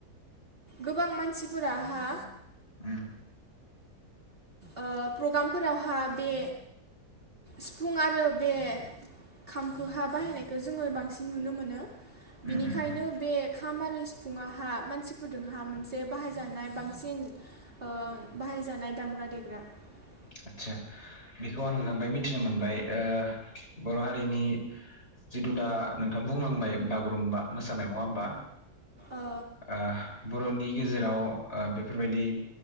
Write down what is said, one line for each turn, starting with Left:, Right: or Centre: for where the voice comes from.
Right: गोबां मानसिफोराहा
Left: ओम
Right: ओ प्रग्रामफोरावहा बे सिफुं आरो बे खामखोहा बाहायनायखौ जोङो बांसिन नुनो मोनो
Left: उम
Right: बिनिखायनो
Left: उम उम
Right: बे खामानि फुंआवहा मानसिफोरजोंहा मोनसे बाहायजानाय बांसिन ओ बाहायजानाय दामग्रा दे <inaudible>
Left: आदसा बेखौ आं नोंथांबाय मिथिनो मोनबाय ओ बर हारिनि जिथु दा नोंथां बुंलांबाय बागुरुम्बा मोसानाय नङा होमबा
Right: ओ
Left: ओ बर'नि गेजेराव ओ बेफोरबायदि